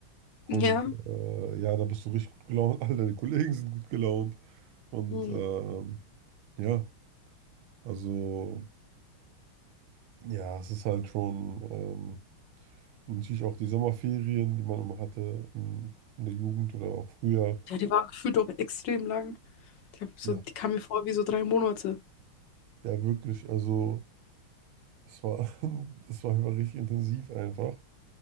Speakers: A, on the right; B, on the left.
A: Und
B: Ja.
A: äh, ja, da bist du richtig gut gelaunt, <laughs> alle deine Kollegen sind gut gelaunt. Und
B: Mhm.
A: ähm, ja, also ja, es ist halt schon ähm, und natürlich auch die Sommerferien, die man immer hatte in, in der Jugend oder auch früher.
B: Ja, die war gefühlt auch extrem lang. Die, hab so,
A: Ja,
B: die kam mir vor wie so drei Monate.
A: Ja, wirklich. Also, es war, <laughs> es war immer richtig intensiv einfach.